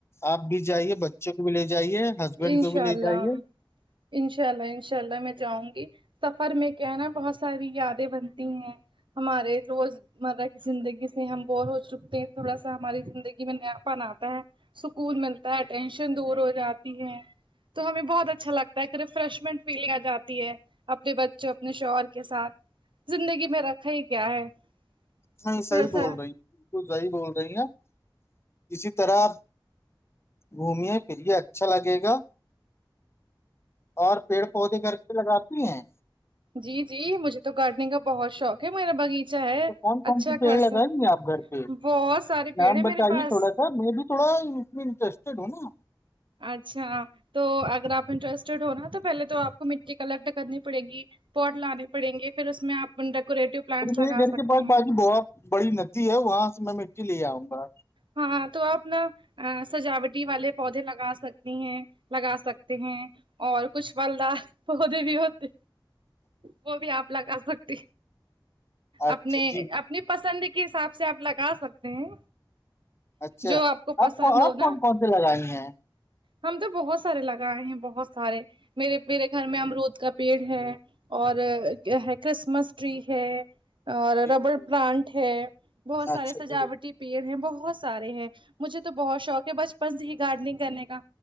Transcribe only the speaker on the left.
آپ بھی جائیے بچوں کو بھی لے جائیے ہسبینڈ
کو بھی لے
جائیے
نہیں
صحیح بول
رہی بالکل صحیح بول رہی ہیں اسی طرح آپ گھومے پھرے اچھا لگے گا اور پیڑ پودے گ کے لگاتے ہیں
تو کون کون
سے پیڑ
لگائیں گے آپ گھر پہ
نام
بتائیے
تھوڑا س سر میں بھی تھوڑا اس میں انٹرسٹیڈ ہوں نا
ارے میرے
گھر
کے پاس
باجی با بڑی ندی ہے وہاں سے میں مٹی لے آؤں گا
اچھا
جی جی
جی
اچھا
آپ
کو اورپ
کون
کون سی لگائی ہیں
جی
جی
اچھا
جی